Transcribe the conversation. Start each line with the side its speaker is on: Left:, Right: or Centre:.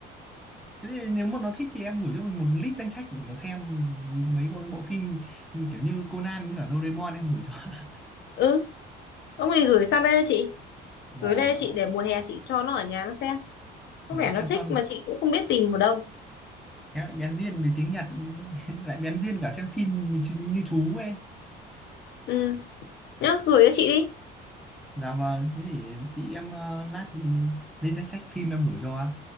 Centre: Thế thì nếu mà nó thích thì em gửi cho mình một list danh sách để mà xem mấy cái bộ phim kiểu như Conan với cả Doraemon em gửi cho <laughs>
Left: ừ ông ấy gửi sang đây cho chị
Centre: và
Left: gửi đây cho chị để mùa hè chị cho nó ở nhà nó xem
Centre: cho
Left: có vẻ
Centre: nó xem
Left: nó thích
Centre: cho
Left: mà chị cũng không biết tìm ở đâu
Centre: em bén duyên với tiếng Nhật <laughs> lại bén duyên cả xem phim như, chú- như chú ấy
Left: ừ. nhá gửi cho chị đi
Centre: dạ vâng thế thì chị em ờ, lát thì lên danh sách phim em gửi cho